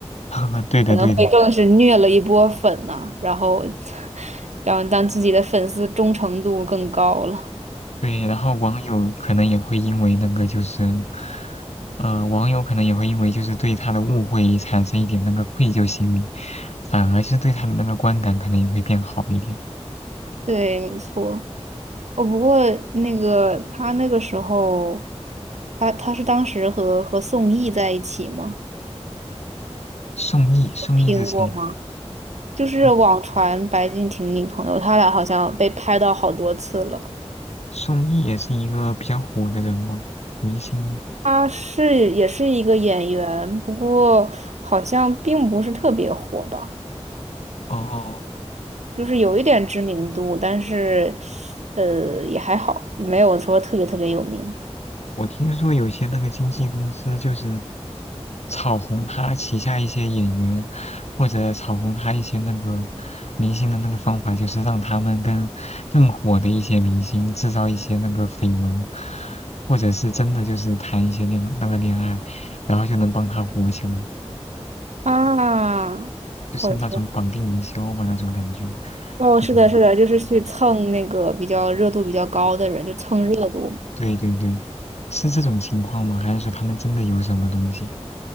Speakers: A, on the left; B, on the right.
A: <laughs> 对的，
B: 可能会更是虐了一波粉呐、
A: 对的。
B: 然后，<laughs> 然后让自己的粉丝忠诚度更高了。
A: 对，然后网友可能也会因为那个就是，呃，网友可能也会因为就是对他的误会产生一点那个愧疚心理，反而是对他的那个观感可能也会变好一点。
B: 对，没错。哦，不过那个他那个时候，他他是当时和和宋轶在一起吗？
A: 宋轶，宋轶是谁呀、
B: 听过吗？就是网传白敬亭女朋友，
A: 啊
B: 他俩好像被拍到好多次了。
A: 宋轶也是一个比较火的人吗？明星吗？
B: 他是也是一个演员，不过好像并不是特别火吧，
A: 哦哦
B: 就是有一点知名度，但是呃也还好，没有说特别特别有名
A: 我听说有些那个经纪公司就是炒红他旗下一些演员，或者炒红他一些那个明星的那个方法，就是让他们跟更火的一些明星制造一些那个绯闻，或者是真的就是谈一些恋那个恋爱，然后就能帮他火起来，
B: 啊。
A: 就是那种绑定营销吧那种感觉，
B: 我天。哦，
A: 就是那种嗯
B: 是的，是的，就是去蹭那个比较热度比较高的人，就蹭热度
A: 对对对，是这种情况吗？还是说他们真的有什么东西